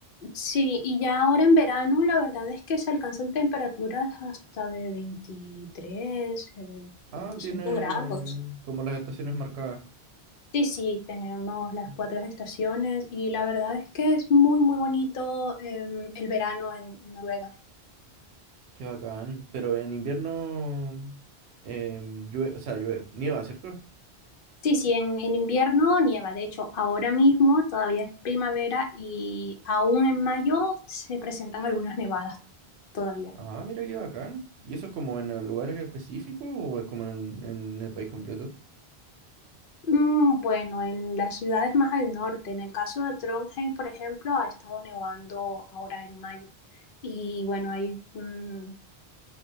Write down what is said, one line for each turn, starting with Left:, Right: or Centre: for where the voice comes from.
Left: sí, y ya ahora en verano la verdad es que se alcanzan temperaturas hasta de veintitrés, eh,
Right: Ah,
Left: 25
Right: tiene
Left: grados.
Right: como las estaciones marcadas.
Left: Sí, sí, tenemos las
Right: Ah,
Left: cuatro estaciones y la verdad es que es muy, muy bonito em, el verano en en Noruega.
Right: Qué bacán. Pero en invierno em, llue- o sea, llueve, nieva, ¿cierto?
Left: Sí, sí, en, en invierno nieva. De hecho, ahora mismo todavía es primavera y aún en mayo se presentan algunas nevadas todavía.
Right: Ah, mira qué bacán. ¿Y eso es como en eh, lugares específicos o es como en, en el país completo?
Left: Mm, bueno, en las ciudades más al norte, en el caso de Trondheim, por ejemplo, ha estado nevando ahora en mayo. Y bueno, hay mm,